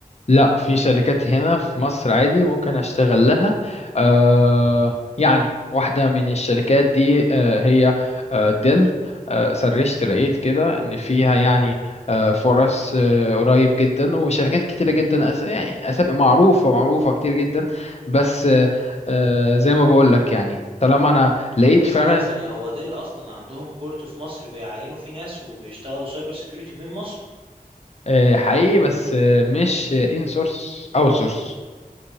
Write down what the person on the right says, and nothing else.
طب
ثانية ثانية هو ديل اصلا عندهم كورت في مصر بيعينوا فيه ناس وبيشتغلوا سايبر سيكيورتي من مصر